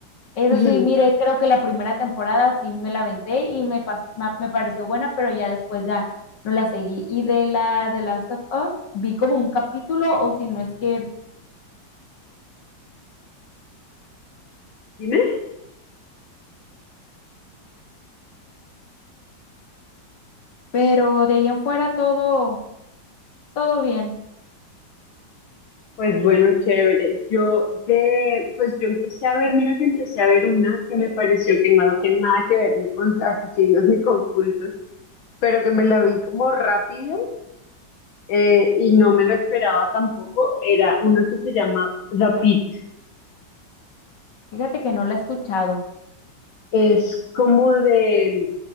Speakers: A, on the left; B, on the left.
A: Es
B: <laughs> Ujú.
A: así, mire, creo que la primera temporada sí me la aventé y me, pas- ma- me pareció buena, pero ya después ya no la seguí. Y de la de Last of Us vi como un capítulo, o si no es que,
B: Dime.
A: pero de ahí en fuera todo, todo bien.
B: Pues bueno, chévere. Yo de, pues yo empecé a ver, mira que empecé a ver una que me pareció que no tiene nada que ver ni con asesinos ni con cultos, pero que me la vi como rápido eh, y no me lo esperaba tampoco, era uno que se llama Rapid.
A: Fíjate que no la he escuchado.
B: Es como de,